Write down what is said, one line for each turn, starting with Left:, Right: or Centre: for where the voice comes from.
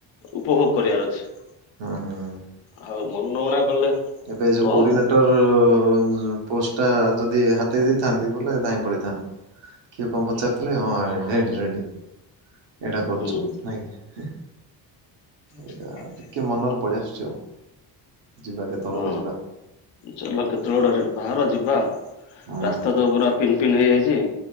Left: ଉପଭୋଗ କରିବାର ଅଛି।
Right: ହୁଁ।
Left: ଆଉ ମନଊଣା କଲେ
Right: ଏବେ ଏ ଯୋଉ
Left: କଣ
Right: କୋର୍ଡିିନେଟର୍
Left: ହବ
Right: ଉଁ ପୋଷ୍ଟ ଟା ଯଦି ହାତେଇ ଦେଇଥାନ୍ତି, ବୋଲେ ଧାଇଁ ପଳେଇଥାନ୍ତି। କିଏ କଣ ପଚାରଥିଲେ ହଁ ରେଡି ରେଡି। ଏଇଟା କରୁଛୁ
Left: ହୁଁ
Right: ନାଇଁ କି। ଏଇଟା
Left: <inaudible>
Right: ଟିକେ ମନରେ ପଳେଇ ଆସୁଛି ଆଉ ଯିବା କେତେବେଳେ
Left: ହଁ
Right: ଗୋଟେ ଯିବା
Left: ଚାଲ କେତେବେଳେ ବାହାର ଯିବା
Right: ହୁଁ।
Left: ରାସ୍ତା ତ ପୁରା ପିନ୍ ପିନ୍ ହେଇଯାଇଛି